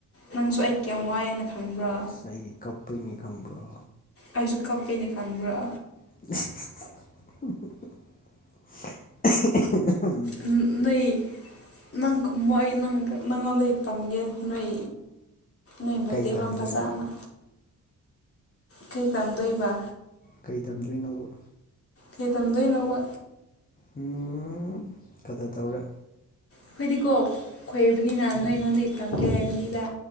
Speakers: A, on the left; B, on the left.
A: ꯅꯪꯁꯨ ꯑꯩ ꯀꯌꯥꯝ ꯋꯥꯏꯑꯅ ꯈꯪꯕ꯭ꯔꯥ
B: ꯉꯁꯥꯏ ꯑꯩ ꯀꯞꯄꯨꯏꯅꯤ ꯈꯪꯕ꯭ꯔꯣ
A: ꯑꯩꯁꯨ ꯀꯞꯄꯤꯅꯤ ꯈꯪꯕ꯭ꯔꯥ
B: <unintelligible>
A: ꯎꯝ ꯅꯣꯏ ꯅꯪ ꯈꯨꯝꯃꯣ ꯑꯩ ꯅꯪ ꯅꯪꯉꯣꯟꯗꯩ ꯇꯝꯒꯦ ꯅꯣꯏ ꯅꯣꯏ ꯃꯩꯇꯩꯂꯣꯟ
B: ꯀꯩ ꯇꯝꯗꯣꯏꯕ
A: ꯐꯖꯅ ꯀꯩ ꯇꯝꯗꯣꯏꯕ
B: ꯀꯩ ꯇꯝꯗꯣꯏꯅꯣꯕ
A: ꯍꯦ ꯇꯝꯗꯣꯏꯅꯣꯕ
B: ꯎꯝ ꯀꯗꯔ ꯇꯧꯔꯦ
A: ꯑꯩꯈꯣꯏꯗꯤꯀꯣ ꯈꯣꯏꯕꯅꯤꯅ ꯅꯣꯏ ꯑꯩꯉꯣꯟꯗꯒꯤ ꯇꯝꯒꯦ ꯍꯥꯏꯕꯅꯤꯗ